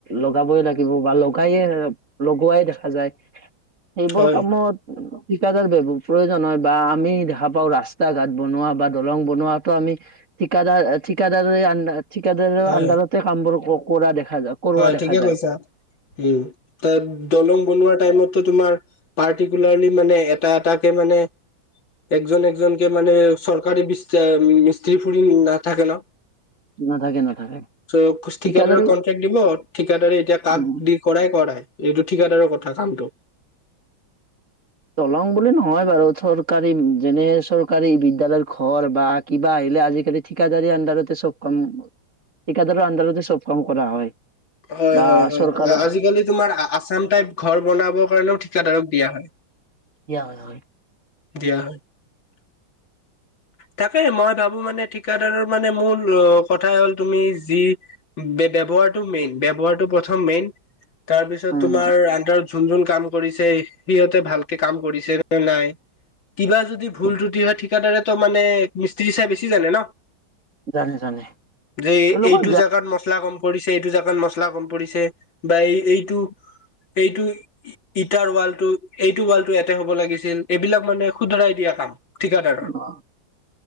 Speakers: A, on the right; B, on the left.
A: লগাবই লা থাকিব বা, লগাইয়ে, লগোৱাই দেখা যায়। সেইবোৰ
B: হয়
A: কামত ঠিকাদাৰ বি প্ৰয়োজন হয় বা আমি দেখা পাওঁ ৰাস্তা ঘাট বনোৱা বা দলং বনোৱাটো আমি ঠিকাদাৰ ঠিকাদাৰ আন ঠিকাদাৰৰ
B: হয়
A: আণ্ডাৰতে কামবোৰ ক কৰা দেখা যায় কৰোৱা
B: হয়
A: দেখা
B: ঠিকে
A: যায়।
B: কৈছা উম দলং বনোৱা টাইমটো তোমাৰ পাৰ্টিকুলাৰলি মানে এটা এটাকে মানে একজন একজনকে মানে চৰকাৰী বিচ মিস্ত্ৰী ফুৰি নাথাকে ন
A: নাথাকে নাথাকে
B: চ পুষ্টিকাৰ
A: ঠিকাদাৰ
B: ক দিব ঠিকাদাৰে এতিয়া
A: উম
B: কাক দি কৰাই কৰাই এইটো ঠিকাদাৰৰ কথা কামটো
A: দলং বুলি নহয় বাৰু চৰকাৰী যেনে চৰকাৰী বিদ্যালয় ঘৰ বা কিবা আহিলে আজিকালি ঠিকাদাৰী আণ্ডাৰতে চব কাম ঠিকাদাৰৰ আণ্ডাৰতে চব কাম কৰা হয়
B: হয়
A: বা
B: হয় হয়
A: চৰকাৰ
B: আজিকালি তোমাৰ আছাম টাইপ ঘৰ বনাবৰ কাৰণেও ঠিকাদাৰক দিয়া হয়
A: দিয়া হয় হয়
B: দিয়া হয় তাকে মই ভাবো মানে ঠিকাদাৰৰ মানে মূল কথা হ'ল তুমি যি ব্য ব্যৱহাৰটো মেইন ব্যৱহাৰটো প্ৰথম মেইন তাৰপিছত
A: উম
B: তোমাৰ আণ্ডাৰ যোন যোন কাম কৰিছে সিহঁতে ভালকে কাম কৰিছে নে নাই কিবা যদি ভুল স্ৰুটি হয় ঠিকাদৰে ত মানে মিস্ত্ৰী চাই বেছি জানে ন
A: জানে জানে
B: যে
A: তেওঁলোকৰ
B: এইটো জেগাত মচলা কম পৰিছে এইটো জেগাত মচলা কম পৰিছে বা এই এইটো এইটো ই ইটাৰ ৱালটো এইটো ৱালটো এইয়াতে হব লাগিছিল এইবিলাক মানে শুধৰাই দিয়া কাম ঠিকাদাৰৰ
A: অ